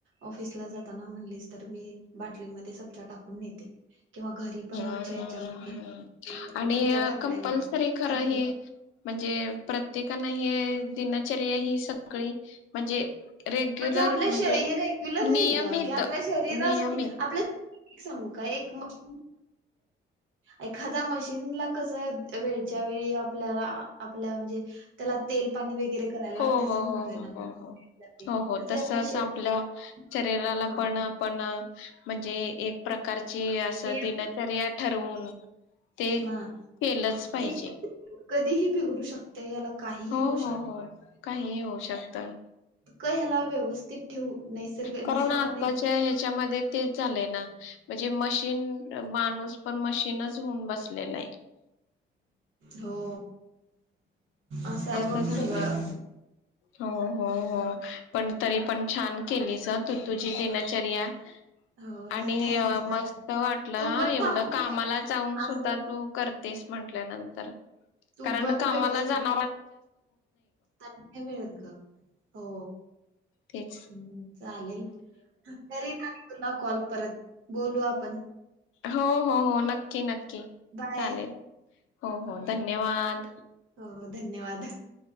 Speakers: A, on the right; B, on the left.
A: ऑफिसला जाताना म्हणलीस तर मी बाटलीमध्ये सब्जा टाकून नेते. किंवा घरी पण
B: <unintelligible>
A: आमच्या ह्याच्यामध्ये हम्म,
B: आणि
A: सब्जा टाकलाय
B: कंपल्सरी
A: मी
B: खरं
A: थंड
B: हे मन्ज् चेव प्रत्येकांना हे दिनचर्या ही सगळी म्हणजे रेग्युलर
A: म्हणजे आपलं
B: म्हणजे
A: शरी हे रेग्युलर नही
B: नियमित
A: गं, की आपल्या शरीरासाठी
B: नियमित
A: आपले सांगू का एक मश एखाद्या मशीन ला कसाय वेळच्या वेळी आपल्याला आपल्या म्हणजे त्याला तेल पाणी वेग गेरे कराय लागतं
B: हो
A: असं
B: हो
A: म्हणतोय
B: हो
A: ना.
B: हो हो हो
A: आपल्या
B: हो हो, तसच
A: शरीराला
B: आपल्या शरीराला
A: हा
B: पण आपण म्हणजे एक प्रकारची असं
A: नियंत्रण
B: दिनचर्या ठरवून ते केलंच
A: ना
B: पाहिजे.
A: हे कधीही बिघडू शकते याला. काहीही
B: हो-हो-हो
A: होऊ
B: काहीही होऊ शकतं.
A: क ह्याला व्यवस्थित ठेवू. नैसर्ग
B: कारण
A: निसर्गाने
B: आताच्या ह्याच्यामध्ये तेच झालंय ना. <inaudible> म्हजे मशीन माणूस पण मशीनच होऊन बसलेलं आहे.
A: हो. अस हाय
B: असं
A: बघ
B: झालंय
A: सगळं
B: हो हो हो पण तरी पण छान केलीच हं तू तुझी दिनचर्या
A: हो
B: आणि
A: थँक्यू
B: मस्त वाटलं
A: तू
B: हा
A: पण
B: एवढं
A: थांब
B: कामाला जाऊन
A: असं
B: सुद्धा तू कर तेस म्हटल्यानंतर
A: तू
B: कारण
A: पण
B: कामाला
A: व्यवस्थित
B: जाण
A: नाही मिळत ग हो
B: तेच
A: हं चालेल तरी तुला कॉल परत बोलू आपण
B: हो हो हो नक् की नक्की
A: बाय
B: चालेल हो हो धन्यवाद
A: हो धन्यवाद